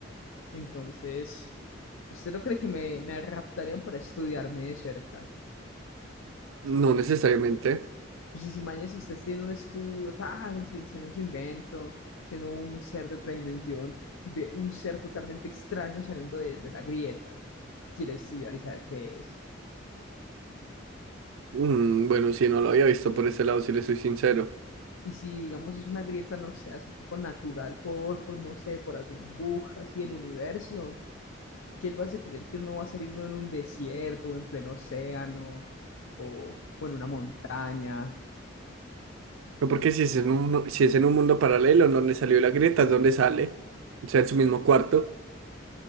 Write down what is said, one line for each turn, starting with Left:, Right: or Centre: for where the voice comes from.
Left: Entonces, ¿usted no cree que me, me raptarían para estudiarme de cerca?
Right: No necesariamente.
Left: Pues si si mañana si usted siendo un estudio, tan, si- siendo su invento, siendo un ser de otra dimensión, y ve un ser totalmente extraño saliendo de, de la grieta, quiere estudiar y saber qué es.
Right: Mm, bueno, si no lo había visto por ese lado, si le soy sincero.
Left: Y si, digamos, es una grieta, no sé, así tipo natural, por, por no sé, por algún bug así del universo, ¿qué él va a hacer creer que uno va a salir uno en un desierto o en pleno océano o, o en una montaña?
Right: No, porque si es en un, no, si es en un mundo paralelo en donde salió la grieta, es donde sale. O sea, en su mismo cuarto.